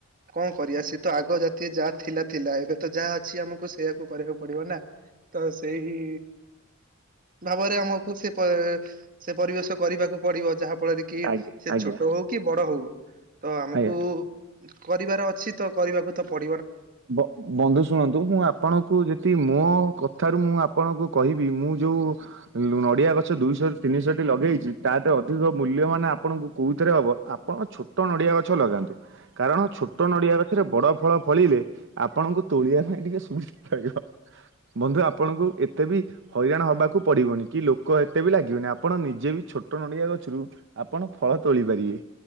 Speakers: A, on the right; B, on the right.
A: କଣ କରିବା ସେ ତ ଆଗ ଜାତୀୟ ଯାହା ଥିଲା ଥିଲା। ଏବେ ତ ଯାହା ଅଛି ଆମକୁ ସେଇଆକୁ କରିବାକୁ ପଡିବ ନା। ତ ସେଇ ଭାବରେ ଆମକୁ ସେପ ସେ ପରିବେଶ କରିବାକୁ ପଡିବ, ଯାହା ଫଳରେ କି
B: ଆଜ୍ଞା
A: ସେ
B: ଆଜ୍ଞା
A: ଛୋଟ ହଉ କି ବଡ ହଉ, ତ ଆମକୁ
B: ଆଜ୍ଞା
A: କରିବାର ଅଛି। ତ କରିବାକୁ ତ ପ
B: ବ ବନ୍ଧୁ ଶୁଣନ୍ତୁ ମୁଁ ଆପଣଙ୍କୁ ଯେତିକି ମୋ ଠାରୁ ମୁଁ ଆପଣଙ୍କୁ କହିବି, ମୁଁ ଯୋଉ ନଡିଆ ଗଛ ଦୁଇଶହ ରୁ ତିନିଶହ ଟି ଲଗେଇଛି। ତା ତ ଅଧିକ ମୂଲ୍ୟବାନ ଆପଣଙ୍କୁ କୋଉଥିରେ ହବ, ଆପଣ ଛୋଟ ନଡିଆ ଗଛ ଲଗାନ୍ତୁ। କାରଣ ଛୋଟ ନଡ଼ିଆ ଗଛରେ ବଡ଼ ଫଳ ଫଳିଲେ ଆପଣଙ୍କୁ ତୋଳିବା ପାଇଁ ଟିକେ ସୁବିଧା ରହିବ। ବନ୍ଧୁ ଆପଣଙ୍କୁ ଏତେ ବି ହଇରାଣ ହବାକୁ ପଡିବନି। କି ଲୋକ ଏତେ ବି ଲାଗିବନି। ଆପଣ ନିଜେ ବି ଛୋଟ ନଡିଆ ଗଛରୁ ଆପଣ ଫଳ ତୋଳି ପାରିବେ।